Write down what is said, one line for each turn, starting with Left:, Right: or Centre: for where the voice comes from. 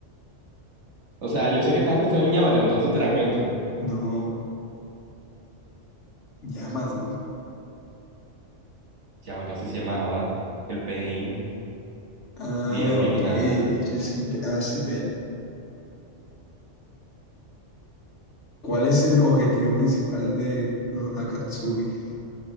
Right: O sea, yo sé que estabas pensando en Yamato, entonces te la cuento.
Left: No, Yamato.
Right: Yamato así se llamaba. El Pain,
Left: Ah,
Right: líder original.
Left: ok, de hecho sí, Pe- ah, sí, Pain. ¿Cuál es el objetivo principal de los Akatsuki?